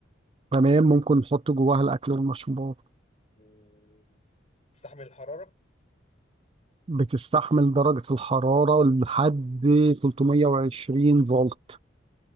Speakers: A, on the right; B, on the left.
A: تمام ممكن نحط جواها الأكل والمشروبات
B: مم، تستحمل الحراره
A: بتستحمل درجة الحرارة لحد 320 فولت